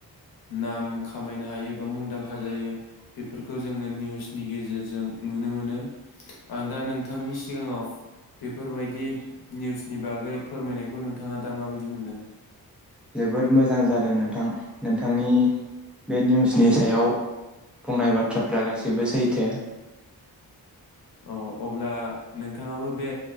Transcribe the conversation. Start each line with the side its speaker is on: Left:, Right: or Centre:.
Left: नाम खामायनो हायो बा मुंदांखा जायो बेफोरखौ जोंङो निउसनि गेजेरजों नुनो मोनो। आं दा नोंथांनि सिगांङाव बेफोरबायदि निउसनि बागै फोरमायनायखौ नोंथांङा दा माबायदि मोनदों?
Centre: जोबोद मोजां जादों नोंथां, नोंथांनि बे निउसनि सायाव बुंनाय बाथ्राफ्रा गाससिबो सैथो।
Left: अ अब्ला नोंथांङाबो बे